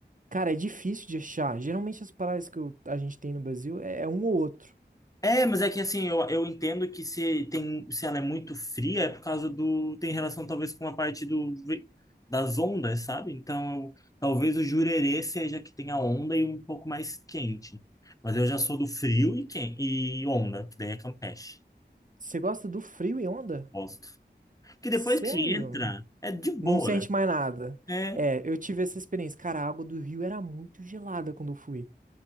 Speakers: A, on the right; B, on the left.
A: Cara, é difícil de achar. Geralmente as praias que eu- a gente tem no Brasil é, é um ou outro.
B: É, mas é que assim, eu, eu entendo que se tem, se ela é muito fria é por causa do, tem relação talvez com a parte do ve- das ondas, sabe? Então, eu- talvez o jurerê seja que tem a onda e um pouco mais quente. Mas eu já sou do frio e quente, e onda, que daí é campeche.
A: Você gosta do frio e onda?
B: Gosto. Porque
A: Sério?
B: depois que entra, é de boa.
A: Não sente mais nada.
B: É,
A: É, eu tive essa experiência. Cara, a água do rio era muito gelada quando eu fui.